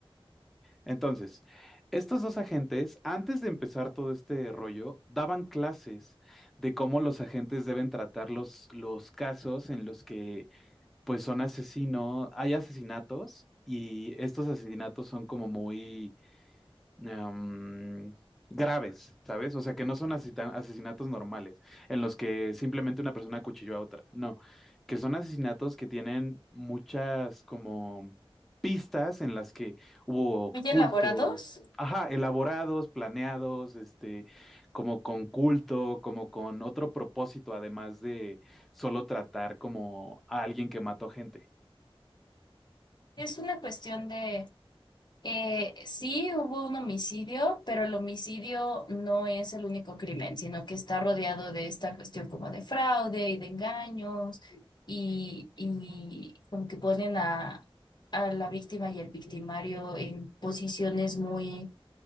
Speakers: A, in the centre; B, on the left.
A: Entonces, estos dos agentes, antes de empezar todo este rollo, daban clases de cómo los agentes deben tratar los, los casos en los que, pues, son asesinos, hay asesinatos y estos asesinatos son como muy em, graves, ¿sabes? O sea, que no son asesina- asesinatos normales, en los que simplemente una persona acuchilló a otra. No, que son asesinatos que tienen muchas como pistas en las que hubo
B: muy
A: cultos.
B: elaborados.
A: Ajá, elaborados, planeados, este, como con culto, como con otro propósito, además de solo tratar como a alguien que mató gente.
B: Es una cuestión de Eh, sí, hubo un homicidio, pero el homicidio no es el único crimen, sino que está rodeado de esta cuestión como de fraude y de engaños y, y como que ponen a, a la víctima y el victimario en posiciones muy